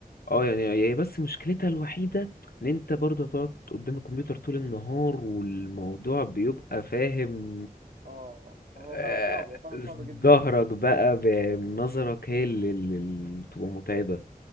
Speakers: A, on the left; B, on the right.
A: اه يعني هي بس مشكلتها الوحيدة ان انت برضه هتقعد قدام الكمبيوتر طول النهار والموضوع بيبقى فاهم
B: اه هو
A: آه،
B: فعلا صعب هو فعلا صعب جدا
A: ظهرك بقى بنظرك هي اللي اللي- اللي بتبقى متعبة